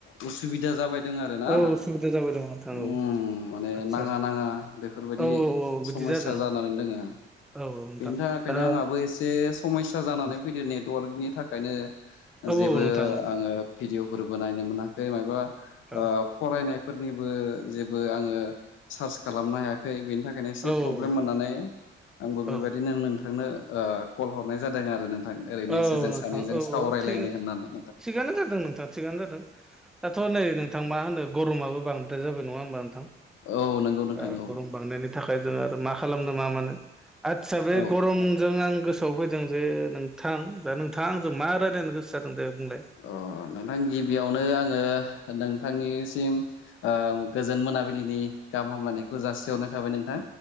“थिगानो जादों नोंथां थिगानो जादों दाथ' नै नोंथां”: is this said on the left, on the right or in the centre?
Centre